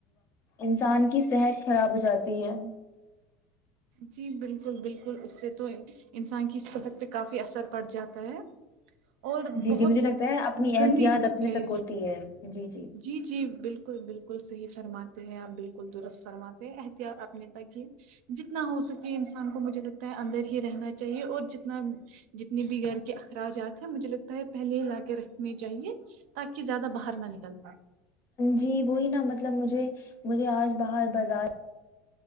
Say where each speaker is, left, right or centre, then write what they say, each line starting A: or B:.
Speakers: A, on the left (about 40°); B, on the right (about 75°).
A: انسان کی صحت خراب ہو جاتی ہے
B: جی بالکل بالکل اس سے تو انسان کی صحت پہ کافی اثر پڑ جاتا ہے اور
A: جی
B: بہت
A: جی مجھے لگتا ہے اپنی احتیاط
B: گندی دھوپ
A: اپنے
B: ہے
A: تک ہوتی ہے جی
B: جی جی بالکل بالکل صحیح فرماتے ہیں آپ بالکل درست فرماتے احتیاط اپنے تک یہ جتنا ہو سکے انسان کو مجھے لگتا ہے اندر ہی رہنا چاہیے اور جتنا جتنے بھی گھر کے اخراجات ہیں مجھے لگتا ہے پہلے ہی لا کے رکھنے چاہیے تاکہ زیادہ باہر نہ نکل پائے
A: جی وہی نا مطلب مجھے مجھے آج باہر بازار